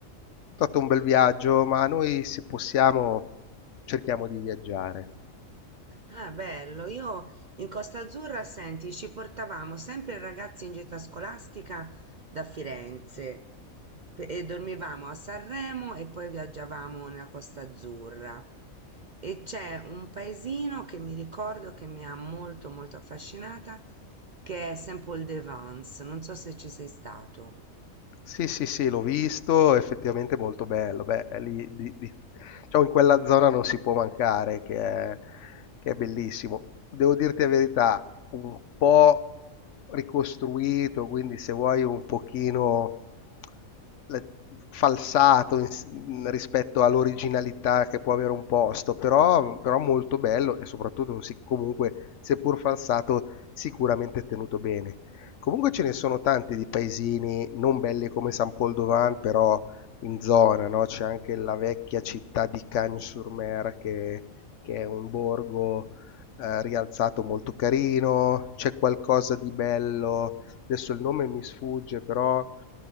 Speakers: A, on the left; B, on the right.
A: È stato un bel viaggio, ma noi se possiamo cerchiamo di viaggiare.
B: Ah, bello. Io in Costa Azzurra, senti, ci portavamo sempre i ragazzi in gita scolastica da Firenze pe- e dormivamo a Sanremo e poi viaggiavamo nella Costa Azzurra. E c'è un paesino che mi ricordo che mi ha molto molto affascinata, che è Saint-Paul-de-Vence. Non so se ci sei stato.
A: Sì, sì, sì, l'ho visto, effettivamente è molto bello. Beh, è lì, di- di- diciamo, in quella zona non si può mancare, che è, che è bellissimo. Devo dirti la verità, un po' ricostruito, quindi se vuoi un pochino le- falsato in s- in- rispetto all'originalità che può avere un posto, però, però molto bello e soprattutto, sì, comunque, seppur falsato, sicuramente tenuto bene. Comunque ce ne sono tanti di paesini non belli come San Pol d'Ovan, però in zona, no? C'è anche la vecchia città di Cagnes-sur-Mer che, che è un borgo eh, rialzato molto carino, c'è qualcosa di bello, adesso il nome mi sfugge, però